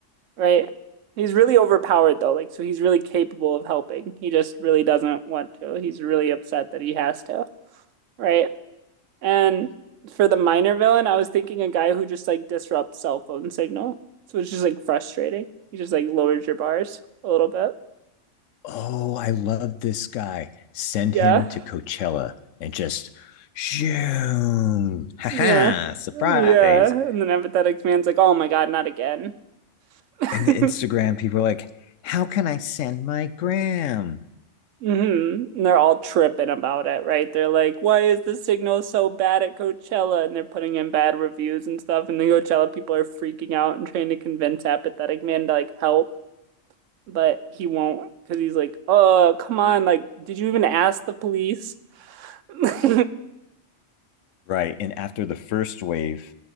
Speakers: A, on the right (about 80°); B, on the left (about 85°).
A: right? He's really overpowered though, like so he's really capable of helping. He just really doesn't want to. He's really upset that he has to, right? And for the minor villain, I was thinking a guy who just like disrupts cell phone signal. So it's just like frustrating. He just like lowers your bars a little bit.
B: oh, I love this guy. Send
A: Yeah.
B: him to Coachella and just shoom. Ha ha,
A: Yeah.
B: surprise.
A: Yeah. And then Empathetic Man's like, oh my God, not again. <laughs>
B: And the Instagram people are like, how can I send my gram?
A: Mhm. And they're all tripping about it, right? They're like, why is the signal so bad at Coachella? And they're putting in bad reviews and stuff. And the Coachella people are freaking out and trying to convince Apathetic Man to like help, but he won't because he's like, oh, come on. Like, did you even ask the police? <laughs>
B: Right. And after the first wave